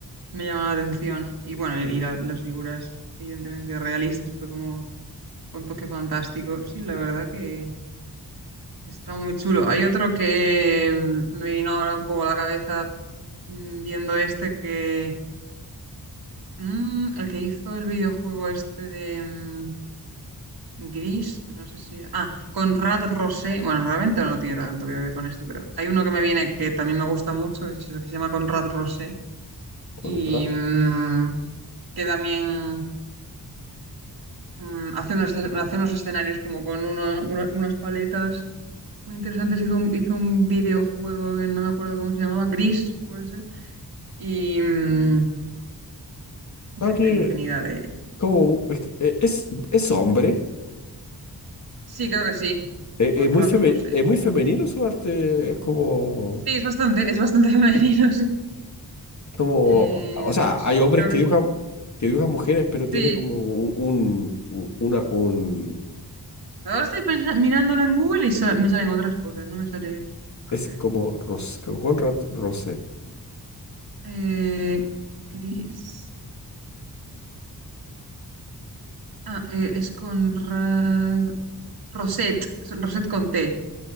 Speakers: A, on the right; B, on the left.
A: me llama la atención. Y bueno, y, y la- las figuras, evidentemente realistas, pero como con toque fantástico. Sí, la verdad que está muy chulo. Hay otro que mm, me vino ahora un poco a la cabeza mm, viendo este que. mm, el que hizo el videojuego este de mm, Gris, no sé si. Ah, Conrad Rosé. Bueno, realmente no tiene tanto que ver con este, pero hay uno que me viene que también me gusta mucho, que se que se llama Conrad Rosé.
B: Con-
A: Y
B: Ah,
A: mm, que también. mm, hace unos, hace unos escenarios como con uno- una- unas paletas muy interesantes. Hizo un, hizo un videojuego que no me acuerdo cómo se llamaba, Gris, puede ser. Y mm, no
B: ah,
A: sé,
B: que,
A: hay infinidad de.
B: ¿cómo? mu- Es, que, eh, es, es hombre?
A: Sí, creo que sí,
B: Es,
A: con
B: es muy
A: Rat
B: feme-
A: Rose.
B: es muy femenino su arte, es como,
A: Sí, es bastante, es bastante <laughs> femenino, sí.
B: como,
A: Eh,
B: o sea,
A: pero sí,
B: hay hombres
A: creo
B: que
A: que es
B: dibujan,
A: uno.
B: que dibujan mujeres, pero tiene
A: Sí,
B: como un, un- u- una, un,
A: ahora estoy pensa- mirándolo en Google y sa- me salen otras cosas, no me sale. A
B: es
A: ver.
B: como Ros, Conrad Rose.
A: Eh, Gris. Ah, eh, es con Ra- Rosette, es Rosette con T.